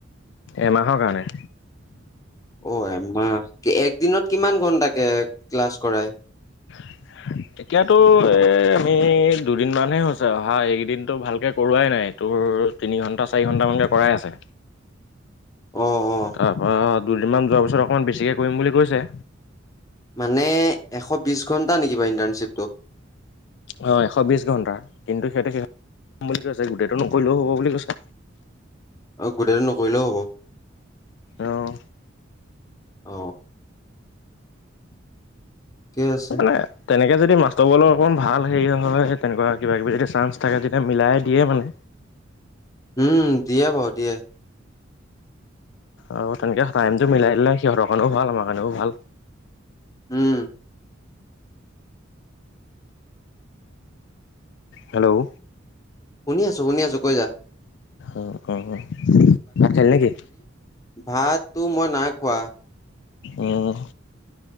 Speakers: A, on the left; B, on the left.
A: এমাহৰ কাৰণে।
B: অ এমাহ, একদিনত কিমান ঘণ্টাকে ক্লাছ কৰাই?
A: <inaudible> এতিয়াতো এ আমি দুদিনমানহে হৈছে অহা এইকেইদিনটো ভালকে কৰোৱাই নাই তোৰ তিনি ঘণ্টা - চাৰি ঘণ্টামানকে কৰাই আছে।
B: অ অ
A: তাৰ পৰা দুদিনমান যোৱাৰ পিছত অকণমান বেছিকে কৰিম বুলি কৈছে।
B: মানে এশ বিশ ঘণ্টা নেকি বাৰু ইণ্টাৰ্ণশ্বিপটো?
A: অঁ এশ বিছ ঘণ্টা কিন্তু সিহঁতে সেইম বুলি কৈছে গোটেইটো নকৰিলেও হ'ব বুলি কৈছে।
B: অ গোটেইটো নকৰিলেও হব।
A: অহ
B: অ ঠিকে আছে
A: মানে তেনেকৈ যদি মাষ্টৰবলৈ অকণ ভাল হেৰি হয় তেনেকুৱা কিবা - কিবি যদি চাঞ্চ থাকে তেতিয়া মিলাই দিয়ে মানে।
B: উম দিয়ে বাৰু দিয়ে।
A: আৰু তেনেকে টাইমটো মিলাই দিলে সিহঁতৰ কাৰণেও ভাল আমাৰ কাৰণেও ভাল।
B: উম।
A: হেল্ল'!
B: শুনি আছো শুনি আছো কৈ যা।
A: অ অ অ ভাত খালি নেকি?
B: ভাততো মই নাই খোৱা।
A: উম,